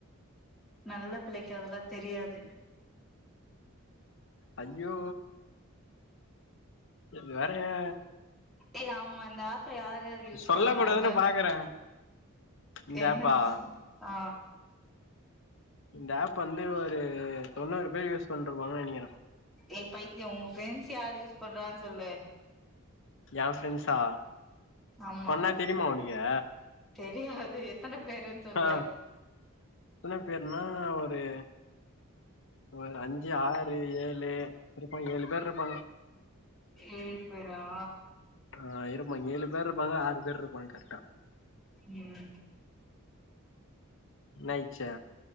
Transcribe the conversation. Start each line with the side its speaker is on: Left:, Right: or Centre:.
Centre: நல்ல புள்ளைக்கு அதெல்லா தெரியாது
Left: அய்யோ இது வேறயா
Centre: ஏய் ஆமா இந்த ஆப்ப யாரு யூஸ்
Left: சொல்ல
Centre: பண்றாங்க
Left: கூடாதுன்னு பாக்குறே இந்த
Centre: என்ன
Left: ஆப்பா
Centre: அது ஆ
Left: இந்த ஆப் வந்து ஒரு தொண்ணூறு பேர் யூஸ் பண்ருபாங்கன்னு நெனைக்கிற
Centre: ஏய் பைத்தியே ஒங் ஃப்ரெண்ட்ஸ் யாரு யூஸ் பண்றாங்கனு சொல்லு
Left: எ ஃப்ரெண்ட்ஸா
Centre: ஆமா
Left: சொன்னா தெரியுமா உனக்கு
Centre: தெரியாது எத்தன பேருன் சொல்லு
Left: ஆ எத்தன பேர்னா ஒரு ஒரு அஞ்சு ஆறு ஏழு இருப்ப ஏழு பேர் இருப்பாங்க
Centre: ஏழு பேரா
Left: ஆ இருப்பா ஏழு பேர் ருப்பாங்க ஆறு பேர் ருப்பாங்க கர்ட்டா
Centre: ம்
Left: நய்ச்சே